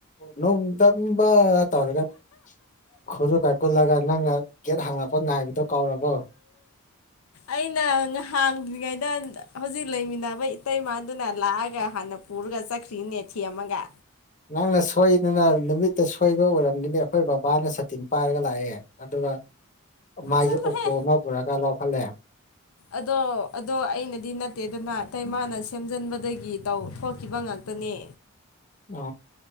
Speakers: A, on the left; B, on the left.
A: ꯅꯣꯡꯗꯝꯪ ꯄꯥ ꯇꯧꯔꯦꯒ ꯈꯨꯔꯨ ꯀꯥꯏ ꯀꯨꯜꯂꯒ ꯅꯪꯅ ꯒꯦꯠ ꯍꯥꯡꯂꯛꯄ ꯉꯥꯏꯕꯗꯣ ꯀꯧꯔꯕꯣ
B: ꯑꯩꯅ ꯉꯍꯥꯡꯗ꯭ꯔꯤꯉꯩꯗ ꯍꯧꯖꯤꯛ ꯂꯩꯃꯤꯟꯅꯕ ꯏꯇꯩꯃꯥꯟꯗꯨꯅ ꯂꯥꯛꯑꯒ ꯍꯥꯟꯅ ꯄꯨꯔꯒ ꯆꯈ꯭ꯔꯤꯅꯦ ꯊ ꯑꯃꯒ
A: ꯅꯥꯡꯅ ꯁꯣꯏꯗꯅ ꯅꯨꯃꯤꯠꯇ ꯁꯣꯏꯕ ꯑꯣꯏꯔꯝꯒꯅꯤ ꯑꯩꯈꯣꯏ ꯕꯕꯥꯅ ꯁꯥꯇꯤꯟ ꯄꯥꯏꯔꯒ ꯂꯥꯛꯑꯦ ꯑꯗꯨꯒ ꯃꯥꯒꯤ
B: ꯆꯠꯂꯣꯍꯦ
A: ꯑꯣꯛꯇꯣ ꯑꯃ ꯄꯨꯔꯒ ꯂꯧꯈꯠꯂꯦ
B: ꯑꯗꯣ ꯑꯗꯣ ꯑꯩꯅꯗꯤ ꯅꯠꯇꯦꯗꯅ ꯏꯇꯩ ꯃꯥꯅ ꯁꯦꯝꯖꯤꯟꯕꯗꯒꯤ ꯇꯧ ꯊꯣꯛꯈꯤꯕ ꯉꯇ ꯄꯅꯦ
A: ꯑ